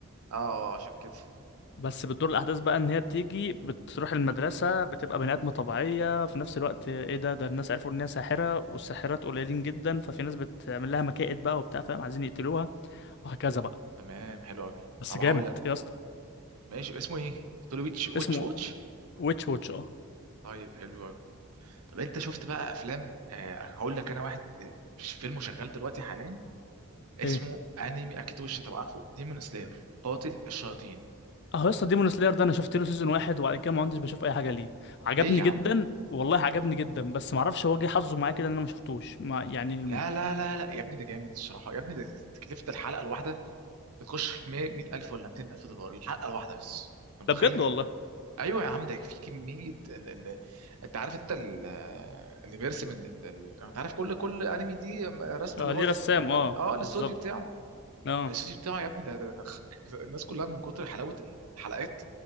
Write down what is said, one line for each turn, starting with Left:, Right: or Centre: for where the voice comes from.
Right: اه آه، عشان كده
Left: بس بتدور الاحداث بقى ان هي بتيجي بتروح المدرسه بتبقى بني ادمه طبيعيه في نفس الوقت ايه ده ده الناس عرفوا ان هي ساحره والساحرات قليلين جدا ففي ناس بتعمل لها مكائد بقى وبتاع فاهم عايزين يقتلوها وهكذا بقى
Right: تمام حلو قوي
Left: بس
Right: طب
Left: جامد
Right: هقول لك
Left: يا اسطى
Right: ماشي اسمه ايه تقول لي ويتش ويتش
Left: اسمه
Right: واتش
Left: ويتش ووتش اه
Right: طيب حلو قوي طب انت شفت بقى افلام آه هقول لك انا واحد فيلم شغال دلوقتي حاليا اسمه
Left: ايه
Right: انمي اكيد وش طب عارفه ديمون سلاير قاتل الشياطين
Left: اه يا اسطى ديمون سلاير ده انا شفت له سيزون واحد وبعد كده ما عدتش بشوف اي حاجه ليه عجبني
Right: ليه يا
Left: جدا
Right: عم
Left: والله عجبني جدا بس ما اعرفش هو جه حظه معايا كده ان انا ما شفتوش ما يعني
Right: لا لا لا لا يا ابني ده جامد الصراحه يا ابني ده تكلفه الحلقه الواحده بتخش في 100000 ولا 200000 دولار الحلقه الواحده بس انت
Left: ده
Right: متخيل
Left: بجد والله
Right: ايوه يا عم ده في كميه ال... ال... انت عارف انت ال... اللي بيرسم ال... ال... ال- انت عارف كل كل انمي دي رسم
Left: اه
Right: اللي
Left: ليه
Right: هو بيت...
Left: رسام اه
Right: اه الاستوديو
Left: بالظبط
Right: بتاعه
Left: اه
Right: الاستوديو بتاعه يا ابني ده, ده, ده <laughs> الناس كلها من كتر حلاوه الحلقات